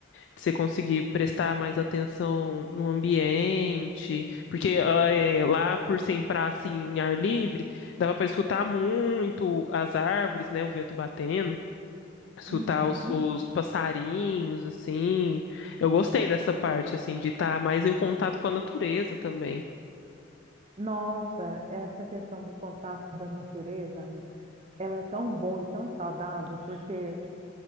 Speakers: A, on the left; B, on the right.
A: De você conseguir prestar mais atenção no ambiente, porque ah, é, lá por ser em praça em ar livre, dava para escutar muito as árvores, né? O vento batendo, escutar
B: Uhum.
A: os, os passarinhos, assim. Eu gostei dessa parte, assim, de estar mais em contato com a natureza também.
B: Nossa, essa questão do contato da natureza, amigo, ela é tão boa e tão saudável, porque